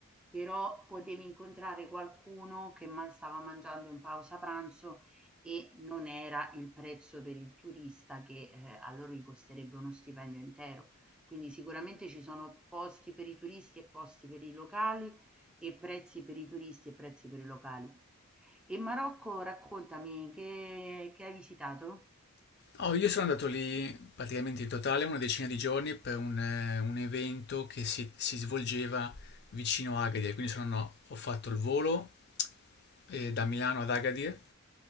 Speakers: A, in the centre; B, on the left.
A: però potevi incontrare qualcuno che ma- stava mangiando in pausa pranzo e non era il prezzo per il turista che eh, a loro gli costerebbe uno stipendio intero. Quindi sicuramente ci sono posti per i turisti e posti per i locali e prezzi per i turisti e prezzi per i locali. E Marocco, raccontami, che, che hai visitato?
B: Oh, io sono andato lì praticamente in totale una decina di giorni per un, eh, un evento che si, si svolgeva vicino a Agadir, quindi sono- ho fatto il volo eh, da Milano ad Agadir